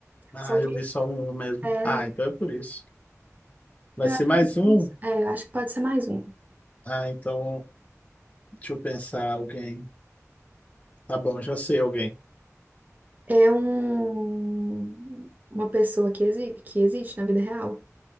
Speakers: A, on the left; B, on the right.
A: Ah,
B: Só que
A: eu vi só um mesmo.
B: é,
A: Ah, então é por isso. Vai ser
B: eu acho
A: mais
B: que, a gente
A: um?
B: cons- é, eu acho que pode ser mais um.
A: Ah, então, deixa eu pensar alguém. Tá bom, já sei alguém.
B: É um, uma pessoa que, exi que existe na vida real.